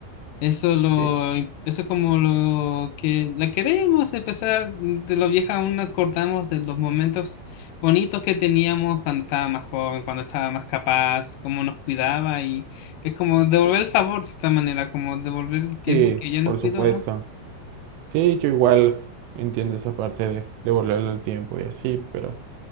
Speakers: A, on the left (about 85°); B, on the right (about 85°).
A: Eso lo,
B: Sí,
A: eso es como lo que la queremos empezar de lo vieja, aún nos acordamos de los momentos bonitos que teníamos cuando estaba más joven, cuando estaba más capaz, cómo nos cuidaba y es como devolver el favor de esta manera, como devolver el tiempo
B: sí,
A: que ella nos
B: por
A: cuidó,
B: supuesto.
A: ¿no?
B: Sí, yo igual entiendo esa parte de devolverle el tiempo y así, pero